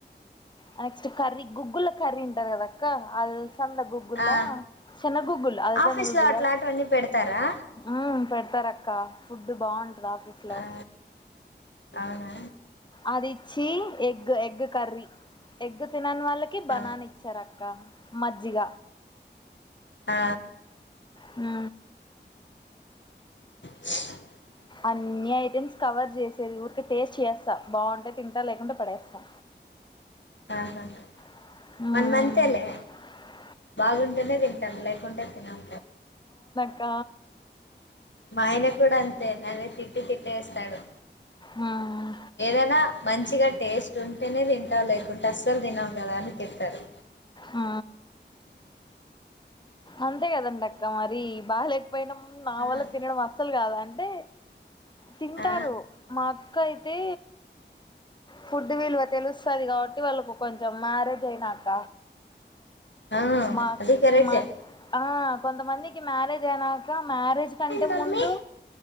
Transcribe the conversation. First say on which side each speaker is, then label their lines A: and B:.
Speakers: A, on the left (about 25°); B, on the left (about 75°).
A: ఆ నెక్స్ట్ కర్రీ గుగ్గుల కర్రీ ఉంటది కదక్క అల్సంద గుగ్గుల
B: ఆ
A: చిన్న గూగ్గుల్ అల్సంద
B: ఆఫీస్లో
A: గూగ్గుల్
B: అట్లాంటివన్నీ
A: కాదు
B: పెడతారా
A: ఉ పెడుతార అక్క ఫుడ్ బాగుంటది ఆఫీస్లో
B: ఆ అవునా
A: అదిచ్చి ఎగ్ ఎగ్ కర్రీ ఎగ్ తి నని వాళ్ళకి బనాన
B: ఆ
A: ఇచ్చారు అక్క మజ్జిగ
B: ఆ
A: హ
B: <inaudible>
A: అన్ని ఐటమ్స్ కవర్ చేసేది ఊరికే టేస్ట్ చేస్తా బాగుంటే తింటా లేకుంటే పడేస్తా
B: ఆహా
A: ఆ
B: మనం అంతేలే బాగుంటేనే తింటాం లేకుంటే తినం
A: క్క
B: మా ఆయన కూడా అంతే నన్ను తిట్టి తిట్టేస్తాడు
A: మ్మ్
B: ఏదైనా మంచి మంచిగా టేస్ట్ ఉంటేనే తింటావు లేకుంటే అస్సలు తినవు కదా అని తిడుతాడు
A: ఆ అంతే కదండి అక్క మరి బాగాలేకపోయినాం నా వల్ల
B: ఆ
A: తినడం అస్సలు కాదు అంటే తింటారు
B: ఆ
A: మా అక్క అయితే ఫుడ్ విలువ తెలుస్తది కాబట్టి వాళ్ళకు కొంచెం మ్యారేజ్ అయినాక
B: ఆ
A: మా
B: అది కరెక్టే
A: మా ఆ కొంతమందికి మ్యారేజ్ అయినాక మ్యారేజ్ కంటే
B: మమ్మీ
A: ముందు